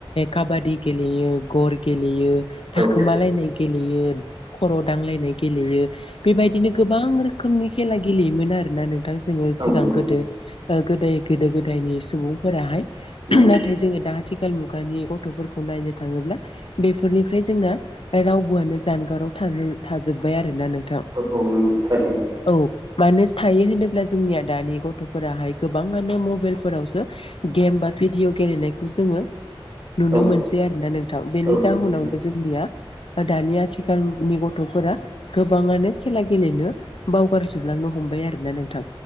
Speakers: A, on the left (about 70°); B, on the right (about 45°).
A: काबादि गेलेयो गर गेलेयो। थाखोमालायनाय
B: औ
A: गेलेयो खर' दांलायनाय गेलेयो बेबायदिनो गोबां रोखो योमोन आरो ना नोंथां जोङो।
B: औ
A: सिगां
B: नंगौ
A: गोदो ओ गोदाय गोदो गोदायनि सुबुंफोराहाय
B: औ
A: नाथाय जोङो दा थिखाल मुगानि गथ'फोरखौ नायनो थाङोब्ला बेफोरनिफ्राय जोंना रावबोआनो जानगाराव थानो थाजोबबाय आरोना नोंथां।
B: औ औ नंगौ थारैनो।
A: औ मानो थायो होनोब्ला जोंनिया दानि गथ'फोराहाय गोबाङानो मबेइलफोरावसो गेम बा भिडिअ' गेलेनायखौ जोङो नुनो
B: औ
A: मोनसै आरोना नोंथां बेनि
B: औ
A: जाहोनावनो
B: नंगौ
A: जोंनिया बा दानि आथिखालनि गथ'फोरा गोबाङानो खेला गेलेनो बावगार जोबलांनो हमबाय आरो ना नोंथां